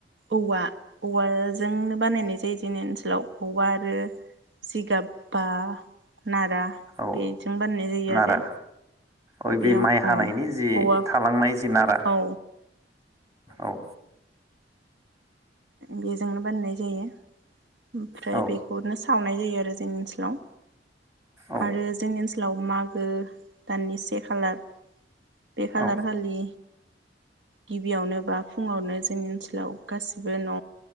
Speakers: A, on the right; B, on the right.
A: औवा औवा जोंनो बानायनाय जायो जोंनि ओनसो सोलाव औवा आरो जिगाब बा नारा
B: औ
A: बेजों बानायनाय जायो
B: नारा
A: आरो
B: अ
A: बेयाव
B: बे माइ हानायनि
A: औ
B: जि
A: औवा
B: थालांनाय जि नारा
A: औ
B: औ
A: बेजोंनो बानायनाय जायो फ्राय
B: औ
A: बेखौनो सावनाय जायो आरो जोंनि ओनसोलाव
B: औ
A: आरो जोंनि ओनसोलाव माग ओ दाननि से खालार बे खालार
B: औ
A: खालि गिबियावनो बा फुङावनो जोंनि ओनसोलाव गासिबो बे न'